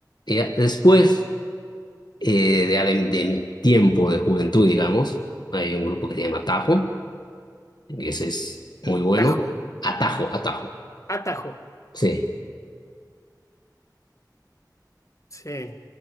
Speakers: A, on the left; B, on the left.
A: Y ya después eh, de, de- de mi tiempo de juventud, digamos, hay un grupo que se llama Atajo, que ese es muy bueno.
B: Tajo,
A: Atajo, Atajo,
B: atajo.
A: sí,
B: Sí,